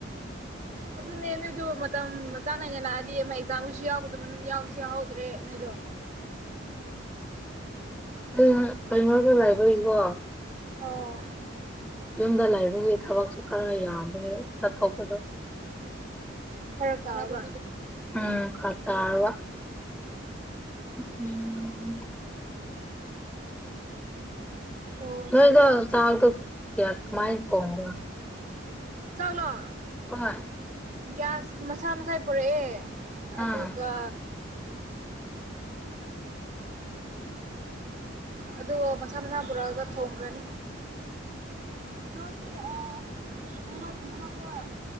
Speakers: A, on the right (about 40°); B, in the centre.
A: ꯑꯗꯨ ꯃꫭꯏꯗꯨ ꯃꯇꯝ ꯆꯆꯥꯥ ꯅꯥꯏꯅ ꯂꯥꯛꯑꯗꯤ ꯑꯃ ꯑꯦꯛꯖꯥꯝꯒꯁꯨ ꯌꯥꯎꯒꯗꯕ ꯌꯥꯎꯁꯨ ꯌꯥꯎꯍꯧꯗ꯭ꯔꯦ ꯅꯣꯏꯗꯣ
B: ꯎ ꯀꯃ ꯆꯂꯥꯏꯕ ꯀꯣ
A: ꯑꯣ
B: ꯌꯨꯝꯗ ꯂꯥꯏꯕꯨꯒꯤ ꯊꯕꯛꯁꯨ ꯈꯔ ꯌꯥꯕꯅꯤ ꯆꯠꯊꯣꯛꯄꯗꯣ
A: ꯐꯔꯛ ꯇꯥꯔꯒ
B: ꯎꯝ ꯐꯔꯛ ꯇꯥꯔꯕ ꯎꯝ
A: ꯑꯣ
B: ꯅꯗ ꯇ ꯀꯌꯥꯃꯥꯏ ꯀꯍꯒ
A: ꯆꯂꯣ
B: ꯑꯣꯏ
A: ꯒ꯭ꯌꯥꯁ ꯃꯁꯥ ꯃꯁꯥ ꯄꯣꯔꯛꯑꯦ
B: ꯎꯝ
A: ꯑꯗꯨꯒ ꯑꯗꯨ ꯁꯝꯅ ꯣꯔꯥꯑꯒ ꯊꯣꯡꯈ꯭ꯔꯅꯤ ꯀꯅꯣꯇ ꯃꯍꯥꯛꯀ